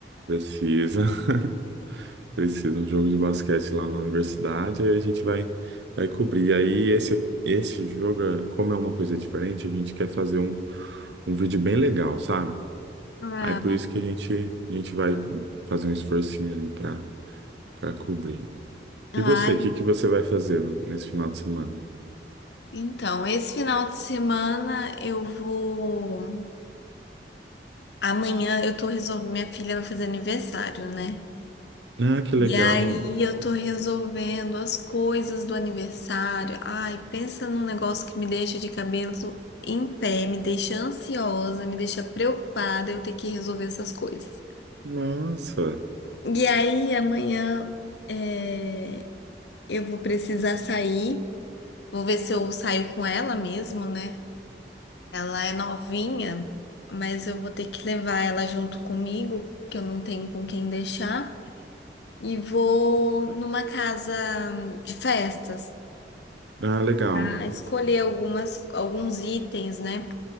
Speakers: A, on the right; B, on the left.
A: Precisa, <laughs> precisa um jogo de basquete lá na universidade, aí a gente vai vai cobrir. Aí esse esse jogo, como é uma coisa diferente, a gente quer fazer um, um vídeo bem legal, sabe?
B: Ah,
A: Aí por isso que a gente a gente vai fazer um esforcinho ali para para cobrir.
B: Ai,
A: E você, o que que você vai fazer no- nesse final de semana?
B: Então, esse final de semana eu vou. Amanhã eu tô resolvendo. Minha filha vai fazer aniversário, né?
A: Ah, que legal.
B: E aí eu tô resolvendo as coisas do aniversário. Ai, pensa num negócio que me deixa de cabelo em pé, me deixa ansiosa, me deixa preocupada eu ter que resolver essas coisas.
A: Nossa.
B: E aí amanhã é, eu vou precisar sair. Vou ver se eu saio com ela mesmo, né? Ela é novinha, mas eu vou ter que levar ela junto comigo, que eu não tenho com quem deixar, e vou numa casa de festas
A: Ah, legal.
B: a escolher algumas, alguns itens, né?